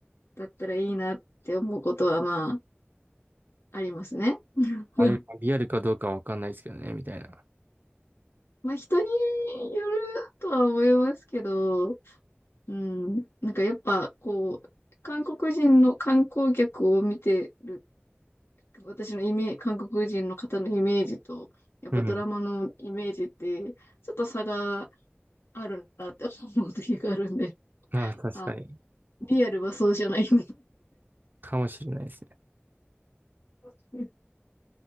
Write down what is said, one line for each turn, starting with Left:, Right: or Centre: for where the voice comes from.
Left: だったらいいなって思うことは、まあ、ありますね。<laughs>
Right: あれがリアルかどうかわかんないですけどね、みたいな。
Left: まあ、人によるとは思いますけど、うん。なんかやっぱ、こう、韓国人の観光客を見てる私のイメージ、韓国人の方のイメージと、やっぱドラマのイメージって、
Right: うん。
Left: ちょっと差があるなって思う時があるんで、
Right: まあ確かに。
Left: あ、リアルはそうじゃないんだ
Right: かもしれないですね。
Left: <laughs>